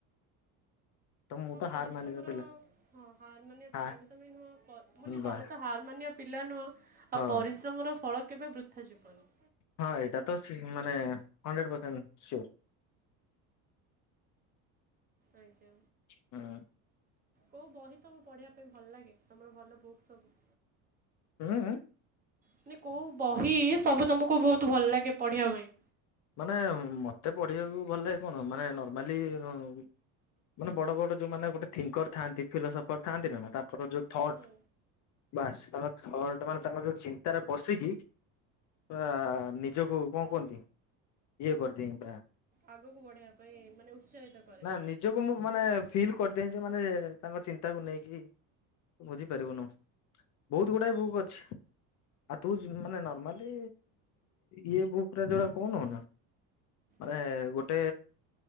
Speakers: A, on the left; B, on the right.
A: ତ ମୁଁ
B: ହଁ
A: ତ
B: ପରିଶ୍ରମର
A: ହାର ମାନିବା ପିଲା
B: ହଁ ହାର ମାନିବା
A: ହା
B: ପିଲା ବି ତମେ ନୁହଁ। <unintelligible> ତମେ
A: ବା
B: ହାର ମାନିବା ପିଲା ନୁହଁ। ଆଉ
A: ହଁ
B: ପରିଶ୍ରମ ର ଫଳ କେବେ ବୃଥା ଜୀବନି।
A: ହଁ ଏଇଟା ତ ସି ମାନେ ହଣ୍ଡ୍ରେଡ଼ ପରସେଣ୍ଟ ସିଓର।
B: ଆଜ୍ଞା।
A: ହ୍ନୁ।
B: କଉ ବହି ତମକୁ ପଢ଼ିବା ପାଇଁ ଭଲ ଲାଗେ ତମର ଭଲ ବୁକ୍ସ ସବୁ?
A: ହୁଁ ହୁଁ।
B: ମାନେ କୋଉ ବହି ସବୁ ତମକୁ ବହୁତ ଭଲ ଲାଗେ ପଢିବା ପାଇଁ?
A: ମାନେ ମୋତେ ପଢ଼ିବାକୁ ଭଲ ଲାଗେ କଣ ମାନେ ନର୍ମାଲି ହୁଁ ମାନେ ବଡ଼ ବଡ଼ ଯେଉମାନେ ଗୋଟେ ଥିଙ୍କର ଥାଆନ୍ତି ଫିଲୋସଫର ଥାଆନ୍ତି ନା ତାଙ୍କର ଯେଉଁ ଥଟ୍
B: ହୁଁ
A: ବାସ୍ ତାଙ୍କର ଥଟ୍ ମାନେ ତାଙ୍କର ଯୋଉ ଚିନ୍ତାରେ ପସିକି ପୁରା ନିଜକୁ କଣ କୁହନ୍ତି। ଇଏ କରିଦେମି ପୁରା
B: ଆଗକୁ ବଢେଇବା ପାଇଁ ମାନେ ଉତ୍ସାହିତ କରେ।
A: ନା ନିଜକୁ ମୁଁ ମାନେ ଫିଲ୍ କରିଦିଏ ଯେ ମାନେ ତାଙ୍କ ଚିନ୍ତାକୁ ନେଇକି ବୁଝିପାରିବୁନୁ ବହୁତ ଗୁଡ଼ାଏ ବୁକ୍ ଅଛି। ଆଉ ତୁ ଯ ମାନେ ନର୍ମାଲି ଇଏ ବୁକ୍ ରେ ଯୋଉରା <unintelligible> ମାନେ
B: ହଁ
A: ଗୋଟେ